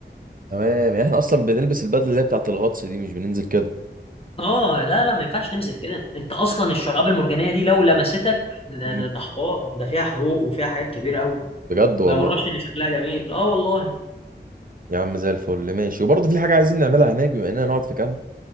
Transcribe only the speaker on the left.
اه لا لا ما ينفعش تنزل كده انت اصلا الشعاب المرجانية دي لو لمستك ده
ده- ده حوار ده فيها حروق وفيها حاجات كبيرة قوي
ما يغركش ان شكلها جميل اه والله